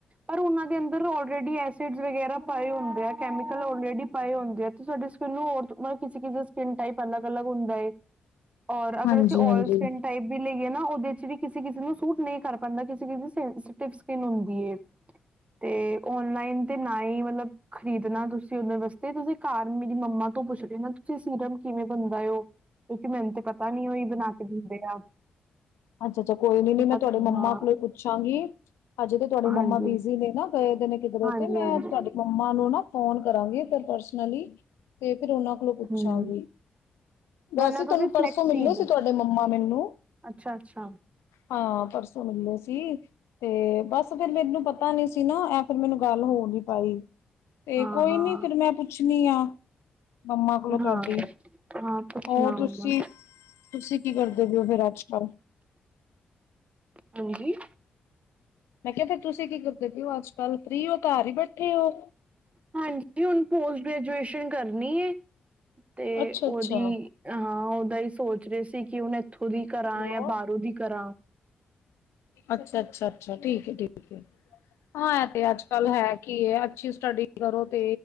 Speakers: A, on the right; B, on the left.
A: ਪਰ ਉਹਨਾਂ ਦੇ ਅੰਦਰ ਔਲਰੇਡੀ ਐਸਿਡ ਵਗੈਰਾ ਪਾਏ ਹੁੰਦੇ ਆ ਕੈਮੀਕਲ ਆਲਰੈਡੀ ਪਾਏ ਹੁੰਦੇ ਆ ਤੇ ਤੁਹਾਡੇ ਸਕਿੰਨ ਨੂੰ ਹੋਰ ਮਤਲਬ ਕਿਸੇ ਕਿਸੇ ਸਕਿਨ ਟਾਈਪ ਅਲੱਗ ਲਗ ਹੁੰਦਾ ਏ। ਔਰ ਅਗਰ
B: ਹਾਂਜੀ,
A: ਅਸੀਂ
B: ਹਾਂਜੀ,
A: ਓਲ ਸਕਿਨ ਟਾਈਪ ਵੀ ਲਈਏ ਨਾ ਉਹਦੇ ਚ ਵੀ ਕਿਸੀ-ਕਿਸੀ ਨੂੰ ਸੂਟ ਨਹੀਂ ਕਰ ਪਾਦਾ ਕਿਸੀ -ਕਿਸੀ ਦੀ ਸੈਂਸਟਿਵ ਸਕਿਨ ਹੁੰਦੀ ਏ। ਤੇ ਓਨਲਾਈਨ ਤੇ ਨਾ ਹੀ ਮਤਲਬ ਖਰੀਦਣਾ ਤੁਸੀਂ ਉਹਦੇ ਵਾਸਤੇ ਤੁਸੀਂ ਘਰ ਮੇਰੀ ਮੰਮਾ ਤੋਂ ਪੁੱਛ ਲੈਣਾ ਤੁਸੀਂ ਸੀਰਮ ਕਿਵੇਂ ਬਣਦਾ ਏ ਉਹ। ਮੈਨੂੰ ਤੇ ਪਤਾ ਨੀ ਉਹੀ ਬਣਾ ਕੇ ਦਿੰਦੇ ਆ।
B: ਅੱਛਾ-ਅੱਛਾ ਕੋਈ ਨੀ,
A: ਤੇ
B: ਨੀ
A: ਉਹਨਾਂ
B: ਮੈਂ ਤੁਹਾਡੇ ਮੰਮਾ
A: ਹਾਂ
B: ਕੋਲੋਂ ਪੁੱਛਾਂਗੀ ਅੱਜੇ ਤੇ ਤੁਹਾਡੀ ਮੰਮਾ
A: ਹਾਂਜੀ
B: ਬੀਜ ਨੇ ਨਾ ਗਏ ਨੇ ਕਿਧਰ
A: ਹਾਂਜੀ
B: ਤੇ ਮੈਂ
A: ਹਾਂਜੀ
B: ਤੁਹਾਡੇ ਮੰਮਾ ਨੂੰ ਨਾ ਫੋਨ ਕਰਾਂਗੀ ਫ ਪਰਸਨਲੀ ਤੇ ਫਿਰ ਉਹਨਾਂ ਕੋਲੋਂ ਪੁੱਛਾਂਗੀ,
A: ਹਮ
B: ਵੈਸੇ
A: ਵਰਨਾ ਤੁਸੀਂ
B: ਤੁਹਾਨੂੰ ਪਰਸੋਂ
A: ਫਲੈਕਸ
B: ਮਿਲੇ
A: ਸੀਡ
B: ਸੀ ਤੁਹਾਡੇ ਮੰਮਾ ਮੈਨੂੰ
A: ਅੱਛਾ ਅੱਛਾ
B: ਹਾਂ ਪਰਸ ਮਿਲੇ ਸੀ, ਤੇ ਬਸ ਫਿਰ ਮੈਨੂੰ ਪਤਾ ਨੀ ਸੀ ਨਾ ਐ ਫਿਰ ਮੈਨੂੰ ਗੱਲ ਹੋ ਨੀ ਪਾਈ, ਤੇ
A: ਹਾਂ
B: ਕੋਈ
A: ਹਾਂ
B: ਨੀ ਫਿਰ ਮੈਂ ਪੁੱਛਣੀ ਆ ਮੰਮਾ ਕੋਲੋਂ ਤੁਹਾਡੀ,
A: ਹਾਂ ਹਾਂ ਪੁੱਛਣਾ
B: ਹੋਰ ਤੁਸੀਂ
A: ਮੰਮਾ
B: ਤੁਸੀਂ ਕੀ ਕਰਦੇ ਪਯੇ ਹੋ ਫਿਰ ਅੱਜ ਕੱਲ।
A: ਹਾਂਜੀ
B: ਮੈਂ ਕਿਹਾ ਫਿਰ ਤੁਸੀਂ ਕੀ, ਕਿ ਤੇ ਕਿਓਂ ਅੱਜ ਕੱਲ ਫ੍ਰੀ ਔ, ਘਰ ਹੀ ਬੈਠੇ ਹੋ।
A: ਹਾਂਜੀ ਹੁਣ ਪੋਸਟ ਗ੍ਰੈਜੂਏਸ਼ਨ ਕਰਨੀ ਏ ਤੇ
B: ਅੱਛਾ
A: ਔਦੀ,
B: ਅੱਛਾ
A: ਹਾਂ ਔਦਾ ਹੀ। ਸੋਚ ਰਹੇ ਸੀ ਕਿ ਹੁਣੇ ਖੁਦ ਦੀ
B: ਹੈਲੋ
A: ਕਰਾਂ, ਜਾਂ ਬਾਹਰੋਂ ਦੀ ਕਰਾਂਵਾਂ।
B: ਅੱਛਾ ਅੱਛਾ ਅੱਛਾ ਠੀਕ ਹੈ, ਠੀਕ ਹੈ, ਠੀਕ। ਹਾਂ ਤੇ ਅੱਜ ਕੱਲ ਹੈ ਕੀ ਹੈ, ਅੱਛੀ ਸਟੱਡੀ ਕਰੋ, ਤੇ